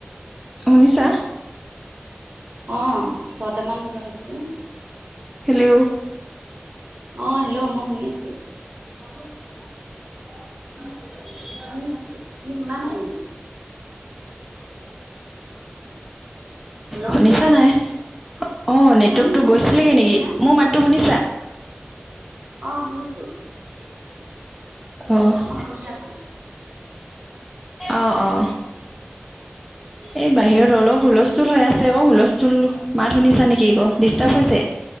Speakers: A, in the centre; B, on the right.
A: শুনিছা?
B: অ', ছটামান বজাত উঠো।
A: হেল্ল'
B: অ', হেল্ল' মই শুনি আছো।
A: <unintelligible>
B: শুনি আছোঁ, তুমি শুনা নাই নিকি? হেল্ল'
A: শুনিছা নাই? অ', নেটৱৰ্কতটো
B: শুনিছো শুনিছো
A: গৈছিলেগে
B: তুমি
A: নেকি,
B: নাই শুনা
A: মোৰ মাততো শুনিছা?
B: অ শুনিছো
A: <unintelligible> অহ,
B: মই শুনি আছো
A: অ, অ এ, বাহিৰত অলপ হুলস্থুল হৈ আছে ক, হুলস্থুল মাত শুনিছা নেকি ক ডিষ্টাৰ্ব
B: উম,
A: হৈছে